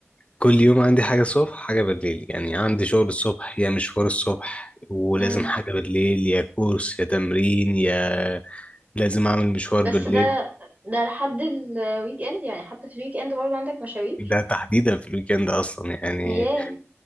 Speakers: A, on the left; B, on the right.
A: كل يوم عندي حاجة الصبح حاجة بالليل يعني عندي شغل الصبح يا مشوار الصبح ولازم
B: امم
A: حاجة بالليل يا كورس يا تمرين يا لازم اعمل مشوار
B: بس
A: بالليل
B: ده ده لحد الويك اند يعني حتى في الويك اند برضه عندك مشاوير
A: ده تحديدا في الويكند اصلا يعني
B: ياه